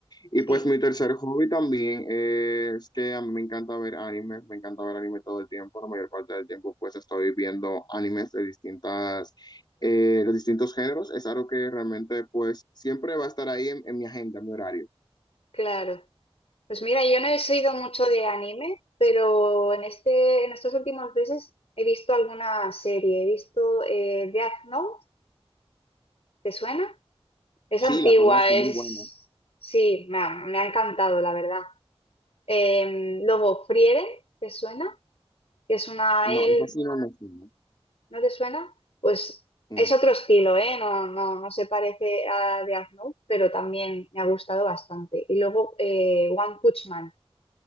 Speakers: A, on the left; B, on the left.
A: Y
B: Sí,
A: pues mi tercer hobby también es que a mí me encanta ver animes, me encanta ver anime todo el tiempo, la mayor parte del tiempo pues estoy viendo animes de distintas, eh, de distintos géneros, es algo que realmente pues siempre va a estar ahí en, en mi agenda, en mi horario.
B: claro. Pues mira, yo no he sido mucho de anime, pero en este, en estos últimos meses he visto alguna serie. He visto eh, Death Note, ¿te suena? Es
A: Sí,
B: antigua,
A: la conozco,
B: es...
A: muy buena.
B: Sí, me ha, me ha encantado, la verdad. Eh, luego, Frieren, ¿te suena? Que es una...
A: No,
B: él
A: esa sí no me suena.
B: ¿No te suena? Pues
A: Mm,
B: es otro estilo, ¿eh? No, no, no se parece a Death Note, pero también me ha gustado bastante. Y luego, eh, One Punch Man,